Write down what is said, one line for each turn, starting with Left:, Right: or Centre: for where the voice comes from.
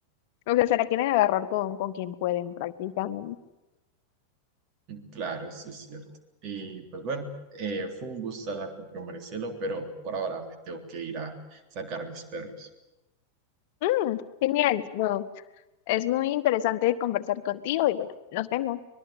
Left: o sea, se la quieren agarrar con, con quien pueden prácticamente.
Right: Claro, eso es cierto. Y pues bueno, eh, fue un gusto hablar con Maricelo, pero por ahora me tengo que ir a sacar mis perros.
Left: Mm, genial. No, es muy interesante conversar contigo y bueno, nos vemos.